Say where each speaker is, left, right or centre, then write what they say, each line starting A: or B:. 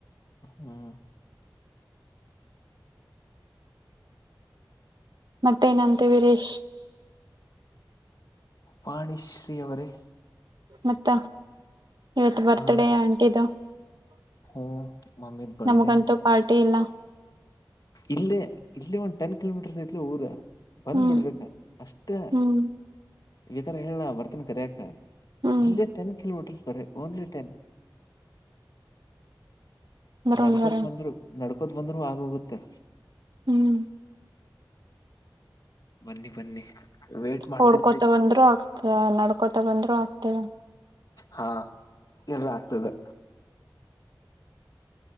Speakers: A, on the left; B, on the right.
A: ಹ್ಮ್
B: ಮತ್ತೇನಂತೆ ವೀರೇಶ್
A: ವಾಣಿಶ್ರೀವರೇ
B: ಮತ್ತ ಇವತ್ತು ಬರ್ತ್ಡೇ
A: ಹ
B: ಆಂಟಿದು
A: ಹ್ಮ ಮಮ್ಮಿ ಬರ್ಡೆ
B: ನಮಗಂತೂ ಪಾರ್ಟಿ ಇಲ್ಲ
A: ಇಲ್ಲ ಇಲ್ಲಿ ಒಂದ್ ಟೆನ್ ಕಿಲೋಮೀಟರ್ಸ್ ಐ ಊರ ಬಂದ್
B: ಹ್ಮ್
A: ಬಿಡ್ಬೇಕ ಅಷ್ಟೇ
B: ಹ್ಮ್
A: ವಿಕಾರ ಹೇಳಣ ಬರ್ತನ ಕರ್ಯಾಕ
B: ಹ್ಮ್
A: ಇಲ್ಲೇ ಟೆನ್ ಕಿಲೋಮೀಟರ್ ಸ ಓನ್ಲಿ ಟೆನ್
B: ಬರೋಣ
A: ನಡ್ಕೋತ್
B: ಬರೋಣ
A: ಬಂದ್ರು ನಡ್ಕೋತ್ ಬಂದ್ರು ಆಗೋಗುತ್ತೆ
B: ಹ್ಮ್
A: ಬನ್ನಿ ಬನ್ನಿ ವೇಟ್ ಮಾಡ್ತಿರ್ತೀವಿ
B: ಹೊಓಡ್ಕೊತ ಬಂದ್ರರು ಆಗ್ತ ನಡ್ಕೊತ ಬಂದ್ರು ಆಗ್ತವ
A: ಹಾ ಎಲ್ಲ ಆಗ್ತದೆ